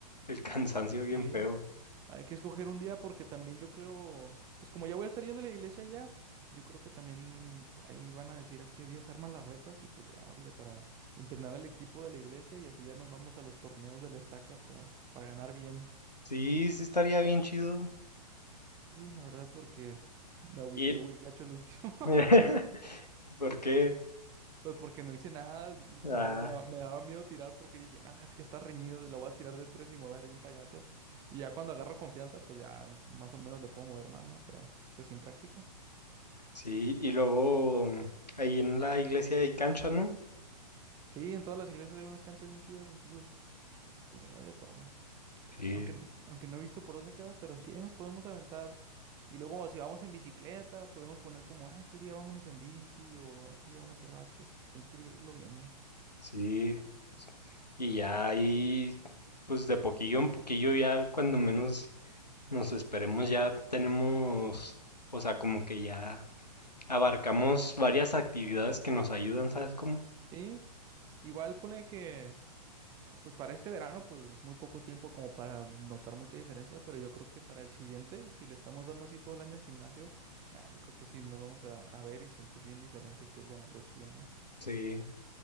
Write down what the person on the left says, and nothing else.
el cansancio
bien feo.
Sí, sí estaría bien chido.
Y
<laughs> ¿por qué?
Ah,
sí, y luego ahí en la iglesia hay cancha, ¿no?
Sí,
sí. Y ya ahí pues de poquillo en poquillo ya cuando menos nos esperemos ya tenemos, o sea, como que ya abarcamos varias actividades que nos ayudan, ¿sabes cómo?
Sí,